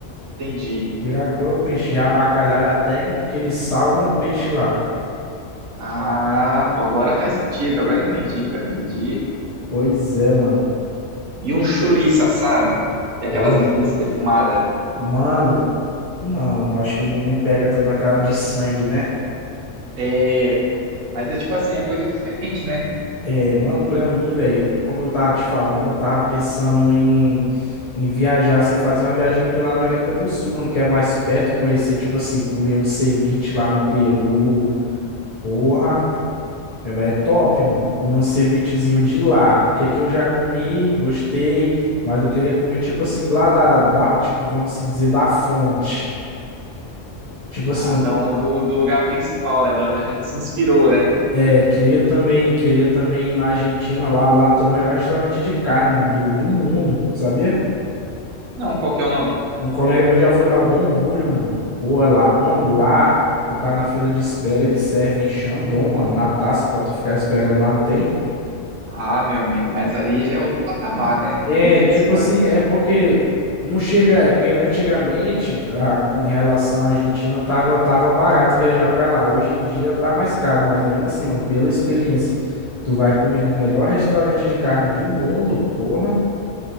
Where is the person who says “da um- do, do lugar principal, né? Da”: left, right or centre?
Right